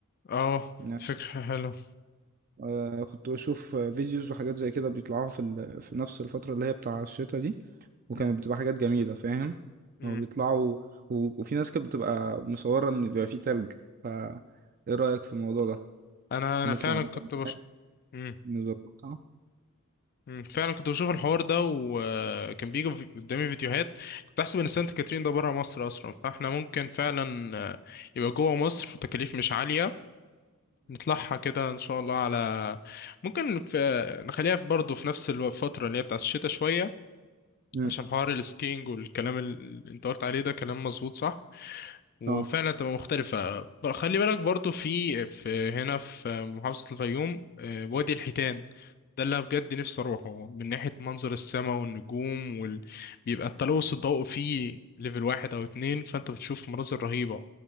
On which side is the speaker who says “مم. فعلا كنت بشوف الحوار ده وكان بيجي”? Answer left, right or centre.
Left